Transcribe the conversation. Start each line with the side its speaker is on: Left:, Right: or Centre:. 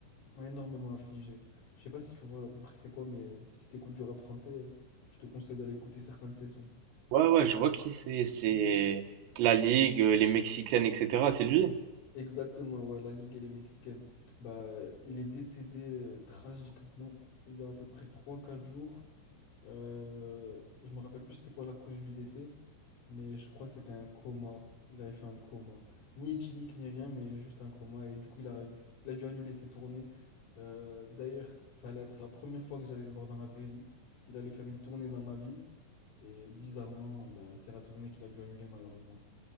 Left: m'a énormément affligé. Je sais pas si tu vois à peu près c'est quoi, mais si t'écoutes du rap français, euh, je te conseille d'aller écouter certains de ses sons.
Right: Ouais, ouais, je vois qui c'est. C'est la Ligue, euh, les Mexicaines, etc. C'est lui?
Left: Exactement, ouais, la Ligue, elle est mexicaine. Bah, il est décédé euh, tragiquement il y a à peu près trois quatre jours. Euh, je me rappelle plus c'était quoi la cause du décès, mais je crois que c'était un coma. Il avait fait un coma. Ni éthylique, ni rien, mais juste un coma. Et du coup, il a, il a dû annuler ses tournées. Euh, d'ailleurs, ça allait être la première fois que j'allais le voir dans la vraie vie. Il allait faire une tournée dans ma ville. Et bizarrement, bah, c'est la tournée qu'il a dû annuler malheureusement.